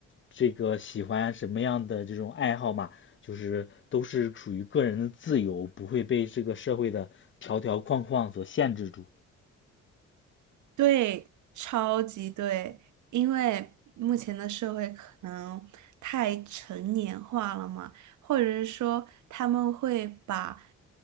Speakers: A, on the left; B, on the right.
A: 这个喜欢什么样的这种爱好嘛，就是都是属于个人的自由，不会被这个社会的条条框框所限制住。
B: 对，超级对，因为目前的社会可能太成年化了嘛，或者是说他们会把